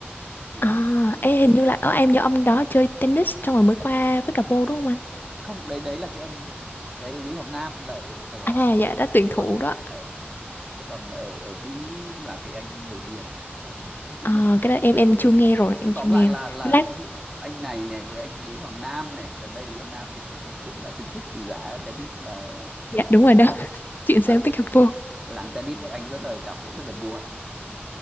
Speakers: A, in the centre; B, on the left (about 50°).
A: thì,
B: à,
A: thì
B: ê, hình như là ở em nhớ ông đó chơi tennis xong rồi mới qua với cả pô đúng không
A: không đấy đấy là cái ông đấy là Lý Hoàng Nam là ở Sài Gòn
B: anh à dạ đã tuyển
A: thế
B: thủ
A: còn
B: đó
A: ở thế còn ở ở Mỹ là cái anh người Việt ấy. Ờ, tự
B: à,
A: nhiên
B: cái
A: không
B: đó em
A: không
B: em
A: nhớ
B: chưa
A: tên
B: nghe rồi em
A: nhưng tóm
B: chưa nghe
A: lại là
B: rồi
A: là
B: lát
A: ví dụ anh này này với anh Lý Hoàng Nam này gần đây Lý Hoàng Nam thì cũng cũng cũng đã chính thức từ giã tennis mà
B: dạ đúng rồi đó <laughs> chuyện sang
A: và
B: pickleball
A: làng tennis bọn anh rất là cảm thấy rất là buồn